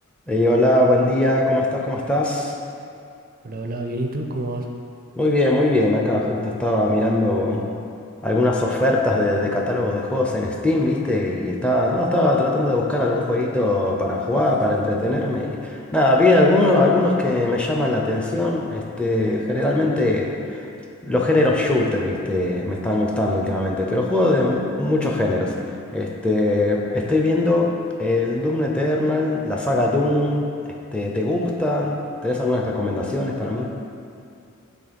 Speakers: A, in the centre; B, on the right.
A: Hey, hola, buen día, ¿cómo estás? ¿Cómo estás?
B: Hola, hola, bien, ¿y tú? ¿Cómo vas?
A: Muy bien, muy bien. Acá justo estaba mirando algunas ofertas de, de catálogos de juegos en Steam, ¿viste? Y estaba, no, estaba tratando de buscar algún jueguito para jugar, para entretenerme. Y nada, vi algunos, algunos que me llaman la atención. Este, generalmente. Los géneros shooter, viste, me están gustando últimamente, pero juego de m- muchos géneros. Este, estoy viendo el Doom Eternal, la saga Doom, este, ¿te gustan? ¿Tenés algunas recomendaciones para mí?